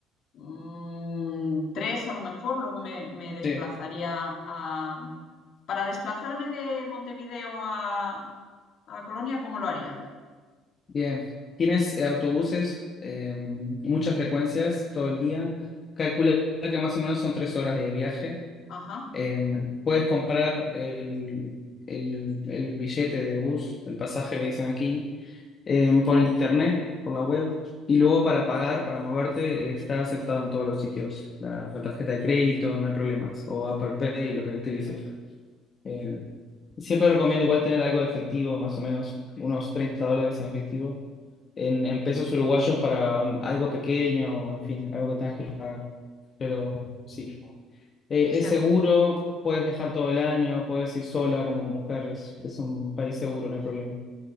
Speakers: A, on the left; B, on the left.
A: mm, tres a lo mejor, luego me, me desplazaría
B: Sí,
A: a... Para desplazarme de Montevideo a, a Colonia, ¿cómo lo haría?
B: bien. ¿Tienes eh, autobuses, eh, muchas frecuencias todo el día? Calcula que más o menos son tres horas de viaje.
A: Ajá.
B: Eh, puedes comprar el, el, el billete de bus, el pasaje le dicen aquí, em, por internet, por la web, y luego para pagar, para moverte, está aceptado en todos los sitios. La, la tarjeta de crédito, no hay problemas, o Apple Pay, lo que utilices. Em, siempre recomiendo igual tener algo de efectivo, más o menos unos 30 dólares en efectivo, en, en pesos uruguayos para um, algo pequeño, en fin, algo que tengas que... Pero sí, Eh,
A: Se
B: es
A: ac-
B: seguro, puedes viajar todo el año, puedes ir sola como mujer, es, es un país seguro, no hay problema.